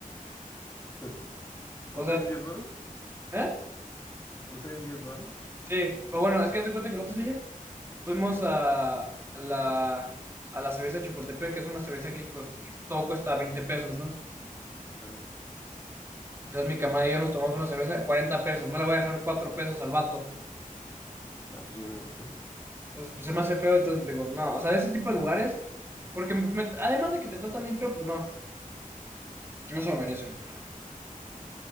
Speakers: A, on the left; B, on the right.
A: <laughs> ¿No
B: O sea,
A: serían 10 varos?
B: ¿eh?
A: ¿No serían 10 varos?
B: Sí, pero bueno, es que haz de cuenta que el otro día fuimos a la, a la cerveza Chapultepec, que es una cerveza que, cos- que todo cuesta 20 pesos, ¿no?
A: Ajá.
B: Entonces mi camarada y yo nos tomamos una cerveza de 40 pesos, no le voy a dejar 4 pesos al vato.
A: Ah, pues obvio no. <laughs>
B: Entonces, pues se me hace feo, entonces digo, no, o sea, de ese tipo de lugares, porque me- me- además de que te tratan bien feo, pues no, no se lo merecen.